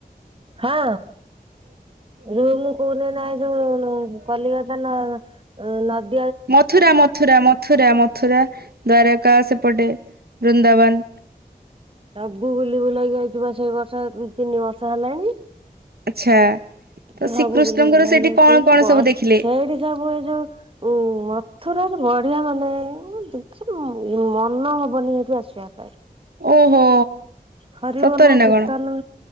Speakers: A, on the right; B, on the right.
A: ହଁ।
B: ହୁଁଁ
A: ଯଉ ମୁଁ କହୁନି ନା ଏଇ ଯୋଉ କଲିକତା ନ ନଦ୍
B: ମଥୁରା ମଥୁରା ମଥୁରା ମଥୁରା ଦ୍ଵାରକାା ସେପଟେ ବୃନ୍ଦାବନ।
A: ସବୁ ବୁଲି ବୁଲାଇ ଆଇଛୁ ପା ସେଇ ବର୍ଷ ତିନି ବର୍ଷ ହେଲାଣି।
B: ଆଚ୍ଛା ତ
A: ଏ ସବୁ
B: ଶ୍ରୀକୃଷ୍ଣଙ୍କର
A: ବୁଲି ବୁଲାଇ
B: ସେଠି
A: ଅଇଛୁ
B: କଣ କଣ
A: ବସ୍
B: ସବୁ ଦେଖିଲେ?
A: ସେଇଟି ସବୁ ଏ ଯୋଉ ଉ ମଥୁରାକୁ ବଢିଆ ମାନେ ଦେଖି ମନ ହବନି ଏଇଠୁ ଆସିବା ପାଇଁ।
B: ଓହୋ
A: ହରିିବୋଲ
B: ସତରେ ନା
A: କୀର୍ତ୍ତନ
B: କଣ